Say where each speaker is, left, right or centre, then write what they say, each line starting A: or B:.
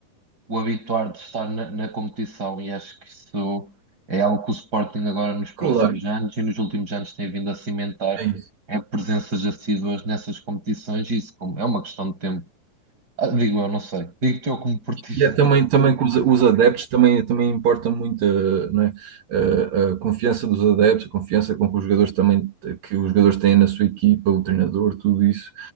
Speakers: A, on the right; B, on the right.
A: o habituar de estar na, na competição e acho que isso é algo que o Sporting agora nos próximos
B: Claro,
A: anos e nos últimos anos tem vindo a cimentar
B: é isso.
A: é presenças assíduas nessas competições e isso como é uma questão de tempo. Ah, digo eu, não sei. Digo-te eu como portista.
B: E é também,
A: <laughs>
B: também que os, os adeptos também, também importa muito eh, não é? Eh, a, confiança dos adeptos, a confiança com que os jogadores também que os jogadores têm na sua equipa, o treinador, tudo isso,